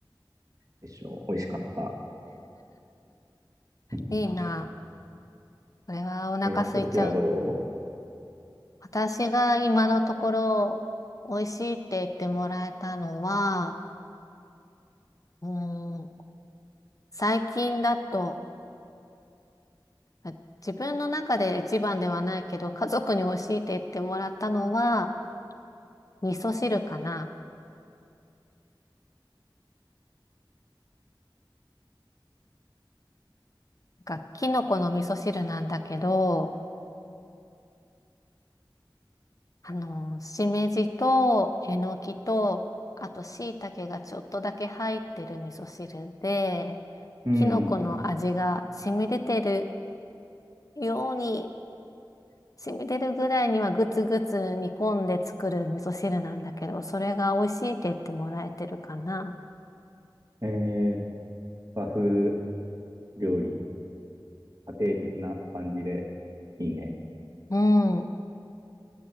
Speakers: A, on the right; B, on the left.
A: でしょう。美味しかった。<laughs>
B: う。<laughs> いいな。これはお腹空いちゃう。
A: え、そっちはど
B: 私が今のところ美味しいって言ってもらえたのは、うーん最近だと、あ自分の中で一番ではないけど、家族に教えて言ってもらったのは、味噌汁かな。なんかキノコの味噌汁なんだけど、あの、しめじと、えのきと、あと、椎茸がちょっとだけ入ってる味噌汁で、
A: ううん。
B: キノコの味が染み出てるように、染み出るぐらいにはぐつぐつ煮込んで作る味噌汁なんだけど、それが美味しいって言ってもらえてるかな。
A: えー、和風料理、家庭的な感じでいいね。
B: うん。